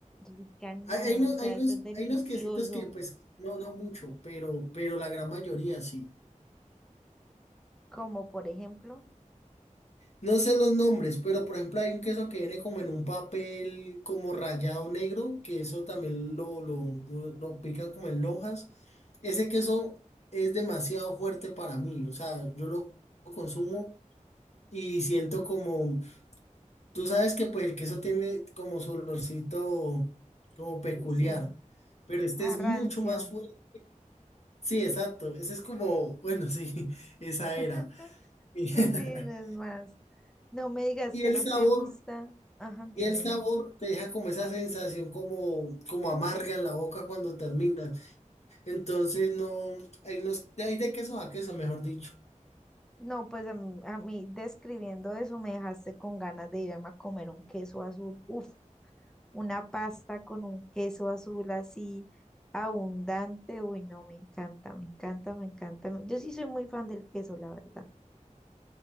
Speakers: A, in the centre; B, on the left.
A: rica no,
B: Hay, hay
A: o
B: unos,
A: sea,
B: hay unos,
A: eso es delicioso.
B: hay unos quesitos que pues no, no mucho, pero, pero la gran mayoría sí.
A: Como por ejemplo,
B: No sé los nombres, pero por ejemplo hay un queso que viene como en un papel como rayado negro, que eso también lo, lo, lo, lo pican como en lonjas. Ese queso es demasiado fuerte para mí, o sea, yo lo consumo y siento como, tú sabes que pues el queso tiene como su olorcito como peculiar,
A: sí, sí,
B: pero este
A: arrancio.
B: es mucho más fuerte. Sí, exacto, ese es como, bueno, sí, <laughs> esa
A: <laughs>
B: era. <laughs>
A: Sí, sí, no es más. No me digas
B: Y
A: que
B: el
A: no
B: sabor.
A: te gusta. Ajá, dime,
B: Y el sabor
A: dime.
B: te deja como esa sensación como, como amarga en la boca cuando terminas. Entonces no, hay unos, hay de queso a queso, mejor dicho.
A: No, pues a mí, a mí describiendo eso me dejaste con ganas de irme a comer un queso azul. Uf, una pasta con un queso azul así abundante. Uy, no, me encanta, me encanta, me encanta. me- Yo sí soy muy fan del queso, la verdad.